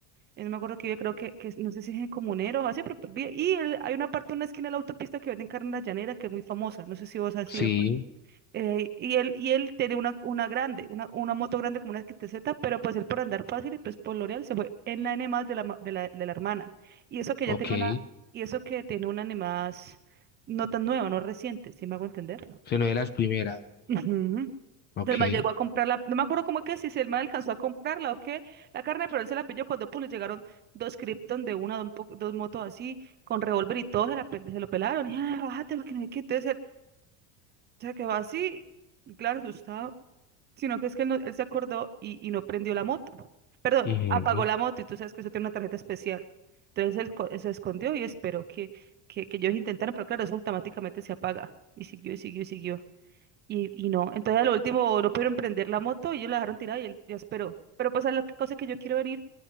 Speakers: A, on the right (about 25°); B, on the left (about 25°).
A: eh, No me acuerdo que vive, creo que, que es- no sé si es en Comunero o así, pero pues, vive- y él- hay una parte, una esquina de la autopista que venden carne en la llanera que es muy famosa, no sé si vos has ido.
B: Sí,
A: pues. Eh, y él, y él tiene una, una grande, una, una moto grande como una XTZ, pero pues él por andar fácil y pues por L'Oreal se fue en la N más de la, ma- de la, de la hermana. Y eso que
B: ok.
A: ya tiene una, y eso que tiene una N más no tan nueva, no reciente, si me hago entender.
B: Se no de las primeras.
A: Ujú.
B: Ok.
A: El man llegó a comprarla, no me acuerdo cómo que si, si el man alcanzó a comprarla o qué, la carne, pero él se la pilló cuando pues, le llegaron dos Krypton de una, dos, po- dos motos así, con revólver y todo, se, la pel- se lo pelaron, y ah, bájate, lo que no sé qué, entonces él se quedó así, y claro, asustado, sino que es que él, no- él se acordó y, y no prendió la moto, perdón,
B: ujú,
A: apagó la moto, y tú sabes que eso tiene una tarjeta especial, entonces él co- se escondió y esperó que, que, que ellos intentaran, pero claro, eso automáticamente se apaga, y siguió, y siguió, y siguió. Y, y no, entonces a lo último no pudieron prender la moto y ellos la dejaron tirada y él ya esperó. Pero pues a la cosa que yo quiero venir